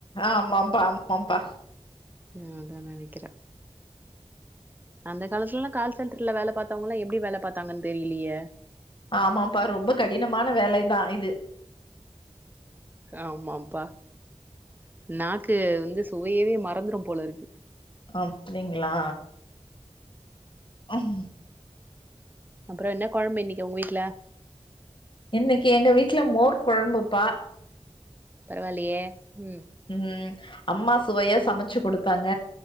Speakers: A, on the left (about 45°); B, on the right (about 15°).
A: ஆ ஆமாம்பா ஆமாம்பா
B: ம் அதா நெனைக்கிறே அந்த காலத்துலல்லா கால் சென்ட்ருல வேல பாத்தாங்வங்களா எப்டி வேல பாத்தாங்கன் தெரியலியே
A: ஆமாம்பா ரொம்ப கடினமான வேலை தா இது
B: ஆமாம்பா நாக்கு வந்து சுவையவே மறந்துரும் போலருக்கு
A: அப்படிங்ளா ம்
B: அப்புறோ என்ன கொழம்பு இன்னிக்கு உங்க வீட்ல
A: இன்னிக்கு எங்க வீட்ல மோர் கொழம்புப்பா
B: பரவால்லயே ம்
A: ம் அம்மா சுவையா சமச்சு குடுத்தாங்க